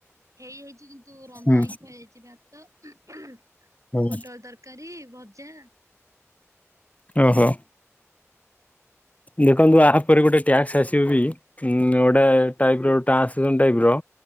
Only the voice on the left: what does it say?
ହୁଁ
ହୁଁ।
ଓହୋ। ଦେଖନ୍ତୁ ଆ ଆହାପରେ ଗୋଟେ ଟ୍ୟାକ୍ସ ଆସିବ ବି ଉଁ ଗୋଟେ ଟାଇପର ଟ୍ରାନ୍ସକ୍ରିପସନ ଟାଇପ ର।